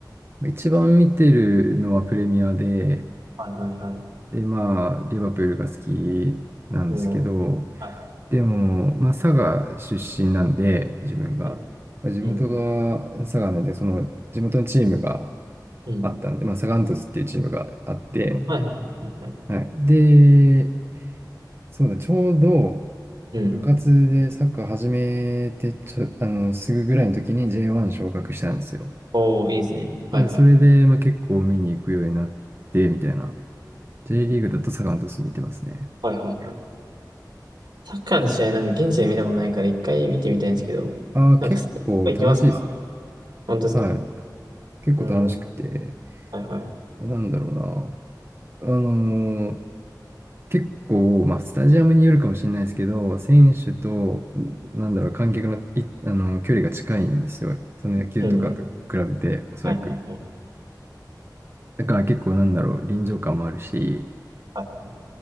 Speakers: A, on the right; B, on the right.
A: まあ一番見てるのはプレミアで、
B: はいはいは
A: でまあリバプールが好きなんですけど、
B: い。もう、はいは
A: でもまあ佐賀出身なんで、自分が。
B: いはい。
A: まあ地元が佐賀なんで、
B: うん。
A: その地元のチームが
B: うん。
A: あったんで、まあサガン鳥栖っていうチームがあって、
B: あはいはいはいはい。
A: はい。で、そうだ、ちょうど
B: うん。
A: 部活でサッカー始めてちょ、あの、すぐぐらいの時に J1 昇格したんですよ。
B: おー、いいですね。はいはい。
A: だからそれで、まあ、結構見に行くようになって、みたいな。J リーグだとサガン鳥栖見てますね。
B: はいはいはい。サッカーの試合なんか現地で見たことないから一回見てみたいんですけど、
A: ああ、
B: なんかスタジアム行きますか
A: 結構楽しいですよ。
B: 本当ですか
A: はい。結構楽しくて。
B: うーん。はいはい。
A: なんだろうな。あのー結構、まあ、スタジアムによるかもしれないですけど、選手と、んなんだろう、観客の、い、あの、距離が近いんですよ。その野球とかと比べて、
B: うん。
A: おそらく。
B: はいはいはい。
A: だから結構なんだろう、臨場感もあるし、
B: は